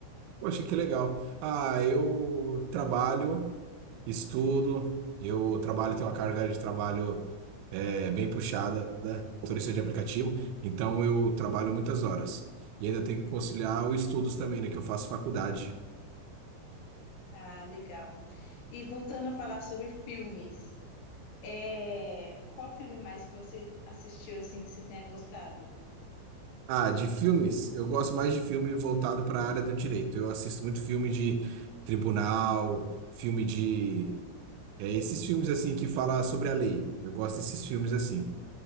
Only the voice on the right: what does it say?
Poxa, que legal. Ah, eu trabalho, estudo, eu trabalho, tenho uma carga de trabalho é, bem puxada, né? motorista de aplicativo, então eu trabalho muitas horas. E ainda tenho que conciliar os estudos também, né? Que eu faço faculdade.
Ah, de filmes, eu gosto mais de filme voltado para a área do direito. Eu assisto muito filme de tribunal, filme de. É, esses filmes assim que fala sobre a lei. Eu gosto desses filmes assim.